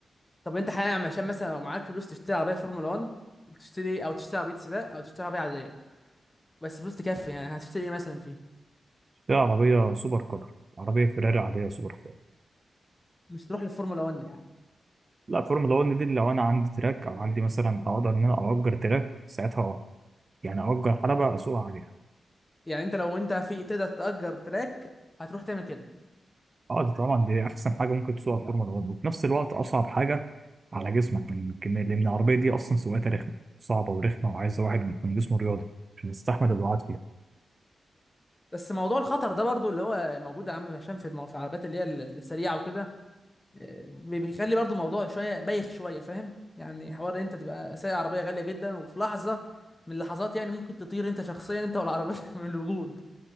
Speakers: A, on the left (about 25°); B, on the right (about 40°).
A: طب انت حاليا عشان مثلا لو معاك فلوس تشتري عربيه فورمولا 1 وتشتري إيه؟ او تشتري عربيه سباق او تشتري عربيه عاديه بس فلوس تكفي يعني هتشتري ايه مثلا فيه
B: دي عربيه سوبر كار عربيه فيراري عاديه سوبر كار
A: مش تروح للفورمولا 1 يعني
B: لا الفورمولا 1 دي لو انا عندي تراك او عندي مثلا اقدر ان انا اجر تراك ساعتها يعني اجر حلبة اسوقها عليها
A: يعني انت لو انت في تقدر تأجر تراك هتروح تعمل كده
B: اه دي طبعا دي احسن حاجة ممكن تسوقها الفورمولا 1 وفي نفس الوقت اصعب حاجة على جسمك من الكمية لان العربية دي اصلا سواقتها رخمة صعبة ورخمة وعايزة واحد يكون جسمه رياضي عشان يستحمل الوعاد فيها
A: بس موضوع الخطر ده برضو اللي هو موجود يا عم هشام في المو... في العربيات اللي هي ال- السريعه وكده آه، بي- بيخلي برضو الموضوع شويه بايخ شويه فاهم يعني حوار إن انت تبقى سايق عربيه غاليه جدا وفي لحظه من اللحظات يعني ممكن تطير انت شخصيا انت والعربيه <laughs> من الوجود